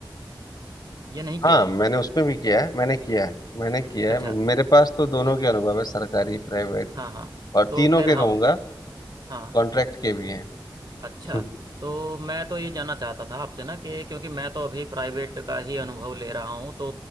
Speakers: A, on the right; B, on the left.
A: या नहीं किया
B: हाँ
A: है
B: मैंने उसमें भी किया है मैंने किया है मैंने किया
A: अच्छा
B: है मेरे पास तो दोनों
A: ठीक
B: के
A: है
B: अनुभव
A: ठीक है
B: है सरकारी प्राइवेट
A: हाँ हाँ
B: और
A: तो
B: तीनों
A: खैर
B: के
A: हाँ
B: कहूंगा
A: हाँ
B: कॉन्ट्रैक्ट के भी हैं <laughs>
A: अच्छा
B: हम्म,
A: तो मैं तो ये जानना चाहता था आपसे ना कि क्योंकि मैं तो अभी प्राइवेट का ही अनुभव ले रहा हूँ तो